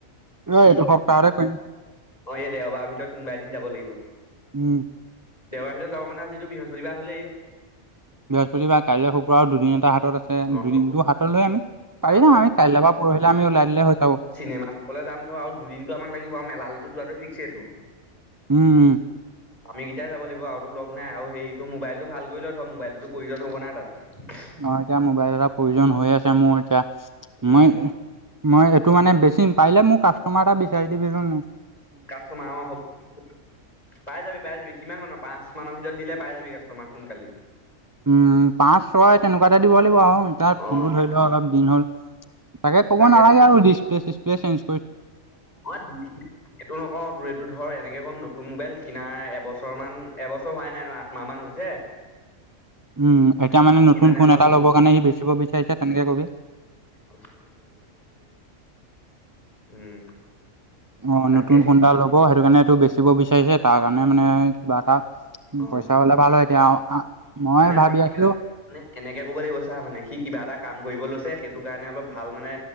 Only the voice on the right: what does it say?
এই এইটো সপ্তাহতে কৰিম।
উম।
বৃহস্পতিবাৰ, কাইলৈ শুক্ৰ আৰু দুদিন এটা হাতত আছে।
দুদিনটো হাতত লৈ আমি পাৰি
যাম আমি। কাইলৈ বা পৰহিলে আমি ওলাই দিলে হৈ যাব।
উ উ
অ', এতিয়া মোবাইল এটা প্ৰয়োজন হৈ আছে মোৰ এতিয়া।
মই মই এইটো মানে বেছিম। পাৰিলে মোক কাষ্টমাৰ এটা বিচাৰি দিবিচোন মোক।
উম, পাঁচ-ছয় তেনেকুৱাতে দিব লাগিব আউ এতিয়া
ফোনটো ধৰি ল' অলপ দিন হ'ল। তাকে ক'ব
নালাগে আৰু ডিচপ্লে চিচপ্লে চেন্জ
উম, এতিয়া মানে নতুন
ফোন
এটা ল'বৰ কাৰণে সি বেচিব বিচাৰিছে, তেনেকে ক'বি।
অ',
নতুন ফোন এটা ল'ব। সেইটো কাৰণে এইটো বেচিব বিচাৰিছে। তাৰ কাৰণে মানে কিবা এটা
পইচা হ'লে ভাল হয়। এতিয়া অ আ মই
ভাবি
আছিলোঁ,